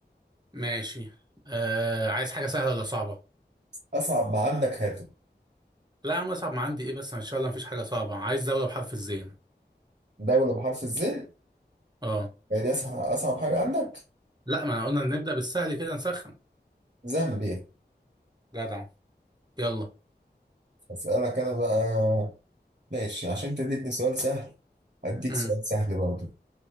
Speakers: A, on the right (about 25°); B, on the right (about 45°).
A: ماشي آه عايز حاجة سهلة ولا صعبة؟
B: اصعب ما عندك هاته
A: لا يا عم أصعب ما عندي إيه بس إن شاء الله مفيش حاجة صعبة عايز دولة بحرف الزين
B: دولة بحرف الزين
A: أه
B: هي دي اصعب اصعب حاجة عندك
A: لا ما قلنا نبدأ بالسهل كده نسخن
B: زامبيا
A: جدع يلا
B: اسألك انا بقى ماشي عشان انت اديتني سؤال سهل هديك
A: امم
B: سؤال سهل برضه